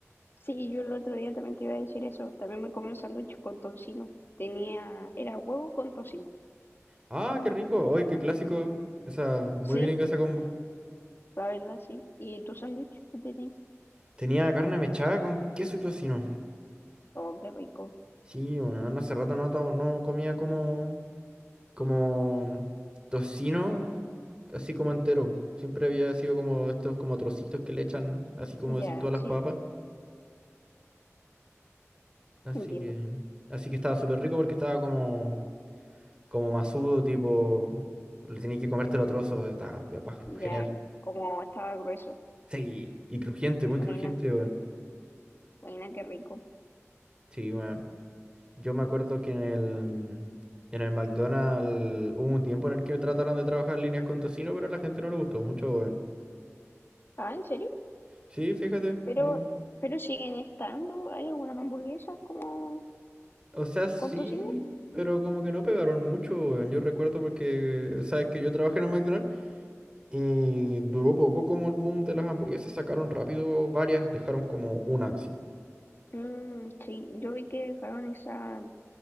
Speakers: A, on the left (about 45°); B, on the right (about 20°).
A: sí, yo el otro día también te iba a decir eso. También me comí un sándwich con tocino. Tenía, era huevo con tocino.
B: Ah, qué rico. Oye, qué clásico. Esa, muy
A: Sí.
B: gringa esa combo.
A: La verdad, sí. ¿Y tu sándwich que tiene?
B: Tenía carne mechada con queso y tocino.
A: Oh, qué rico.
B: Sí, bueno, hace rato no, to- no comía como, como tocino, así como entero. Siempre había sido como estos como trocitos que le echan, así como decir
A: Ya,
B: todas
A: sí,
B: las papas. Así
A: entiendo.
B: que, así que estaba súper rico porque estaba como, como masudo, tipo, le tenías que comértelo a trozos, estaba pa-
A: Ya,
B: genial.
A: como estaba grueso.
B: Sí, y crujiente, muy
A: Buena,
B: crujiente, weón.
A: buena, qué rico.
B: Sí, weón. Yo me acuerdo que en el, en el McDonald's hubo un tiempo en el que trataron de trabajar líneas con tocino, pero a la gente no le gustó mucho, weón.
A: Ah, ¿en serio?
B: Sí, fíjate.
A: Pero,
B: no.
A: pero siguen estando. ¿Hay algunas hamburguesas como
B: O sea, sí,
A: con tocino?
B: pero como que no pegaron mucho, weón. Yo recuerdo porque, sabes que yo trabajé en el McDonald's y duró poco como el boom de las hamburguesas. Sacaron rápido varias, dejaron como una así.
A: Mm, sí, yo vi que dejaron esa,